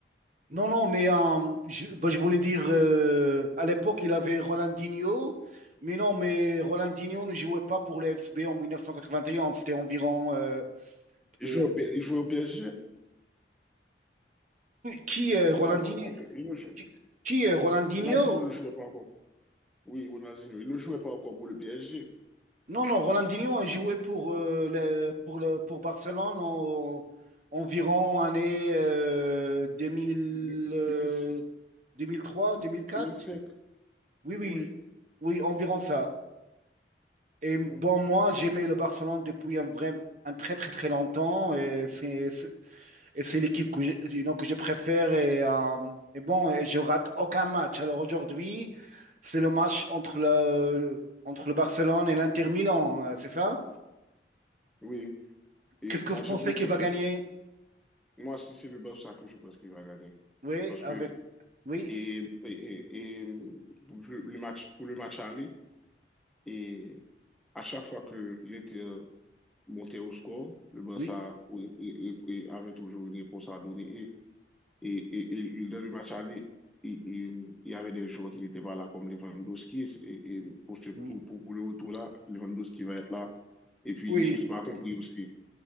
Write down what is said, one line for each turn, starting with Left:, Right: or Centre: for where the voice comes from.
Right: Non, non, mais euh, je, bah, je voulais dire, euh, à l'époque, il avait Ronaldinho, mais non, mais Ronaldinho ne jouait pas pour le FSB en 1991, c'était environ... euh,
Centre: il
Right: euh,
Centre: jouait, au P- il jouait au PSG,
Right: qui est Ronaldinho?
Centre: il n'avait pas encore. Il ne jouait,
Right: Qui, qui est Ronaldinho?
Centre: Ronaldinho ne jouait pas encore. Oui, Ronaldinho, il ne jouait pas encore pour le PSG.
Right: Non, non, Ronaldinho a joué pour, euh, le- pour, le- pour Barcelone en, environ année euh, 2000,
Centre: De- 2006,
Right: euh, 2003, 2004.
Centre: 2005,
Right: Oui, oui,
Centre: oui.
Right: oui, environ ça. Et
Centre: hmm,
Right: bon, moi, j'aimais le Barcelone depuis un vrai, un très, très, très longtemps. Et c'est, c'est- et c'est l'équipe que j'ai, you know, que je préfère. Et, euh, et bon, et je rate aucun match. Alors aujourd'hui, c'est le match entre le, entre le Barcelone et l'Inter Milan, euh, c'est ça?
Centre: Oui. Et
Right: Qu'est-ce que
Centre: moi,
Right: vous
Centre: j'aime
Right: pensez
Centre: beaucoup
Right: qu'il va
Centre: les.
Right: gagner?
Centre: Moi, si c'est le Barça que je pense qu'il va gagner.
Right: Oui,
Centre: Parce
Right: avec,
Centre: que
Right: oui,
Centre: et, et, et- et pour le le match, pour le match aller, et à chaque fois que l'Inter montait au score, le Barça
Right: oui,
Centre: oui, oui, oui, oui, avait toujours une réponse à donner. Et Et, et, et dans le match aller, il, il- il y avait des joueurs qui n'étaient pas là, comme Lewandowski. Et, et pour, ce- pour,
Right: oui,
Centre: pour, pour le retour là, Lewandowski va être là. Et puis
Right: oui,
Centre: l'équipe a compris aussi.